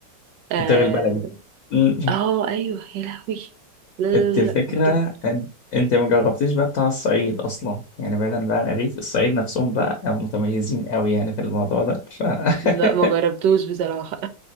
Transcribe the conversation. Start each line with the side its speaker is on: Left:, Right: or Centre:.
Right: اه
Left: وتغلي البلدي مم.
Right: آه، ايوه يا لهوي لا لا
Left: انت الفكره
Right: لا لا، تحفة.
Left: ان انت ما جربتيش بقى بتاع الصعيد اصلا يعني بعيدا بقى عن الرغيف الصعيد نفسهم بقى متميزين قوي يعني في الموضوع ده ف
Right: لا ما
Left: <laughs>
Right: جربتوش بصراحة